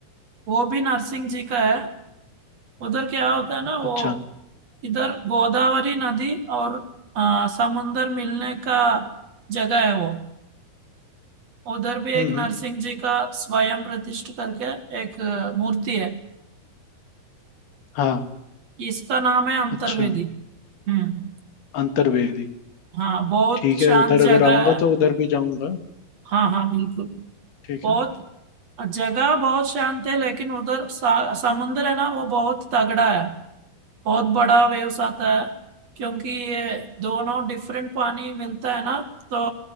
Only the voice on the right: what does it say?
वो भी नरसिंह जी का है उधर क्या होता है ना वो
इधर गोदावरी नदी और आ, समुंदर मिलने का जगह है वो उधर भी
एक
नरसिंह जी का स्वयं प्रतिष्ठ करके एक अ, मूर्ति है
इसका नाम है अंतर्वेदी
हम्म
हाँ बहुत
शांत
जगह
है
हाँ हाँ बिल्कुल
बहुत
जगह बहुत शांत है लेकिन उधर सा, समुंदर है ना वो बहुत तगड़ा है बहुत बड़ा वेव्स आता है क्योंकि ये दोनों डिफरेंट पानी मिलता है ना तो